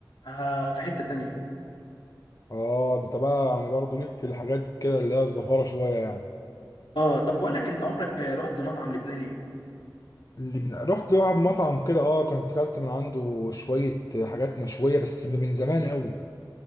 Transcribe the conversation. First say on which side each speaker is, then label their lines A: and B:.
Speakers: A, on the left; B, on the left.
A: آه في حتة تانية
B: اه انت بقى يعني برضه ليك في الحاجات كده اللي هي الزفاره شويه يعني
A: اه طب بقول لك انت عمرك رحت مطعم لبناني
B: اللي بن... رحت واحد مطعم كده اه كنت اكلت من عنده شويه حاجات مشويه بس من زمان قوي